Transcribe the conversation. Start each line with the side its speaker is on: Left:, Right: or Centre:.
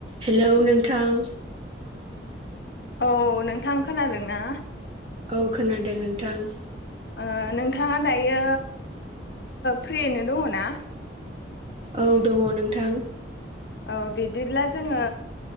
Right: Hello नों थां
Left: औ नोंथां खोनादोंना।
Right: औ खोनादों नोंथां।
Left: ओ नोंथाङा दायो फ्रियैनो दङ ना।
Right: औ दङ नोंथां।
Left: औ बिब्दिब्ला जोङो।